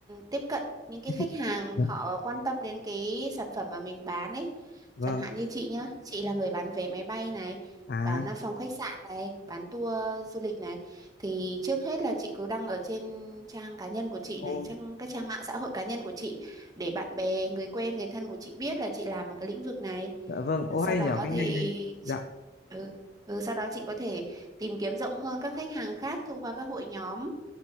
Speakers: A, on the right; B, on the left.
A: tiếp cận những cái khách
B: chị
A: hàng
B: Dạ.
A: họ quan tâm đến cái sản phẩm mà mình bán ấy.
B: vâng
A: Chẳng hạn như chị nhá, chị là người bán vé máy bay này,
B: à
A: bán à, phòng khách sạn này, bán tour du lịch này. Thì trước hết là chị cứ đăng ở trên trang cá nhân của chị
B: ô
A: này, trang các trang mạng xã hội cá nhân của chị để bạn bè, người quen, người thân của chị biết là chị làm ở cái lĩnh vực này.
B: dạ vâng
A: Ờ,
B: ô
A: Sau
B: hay
A: đó
B: nhờ cái
A: thì
B: ngành này dạ
A: chị, ừ, ừ, sau đó chị có thể tìm kiếm rộng hơn các khách hàng khác thông qua các hội nhóm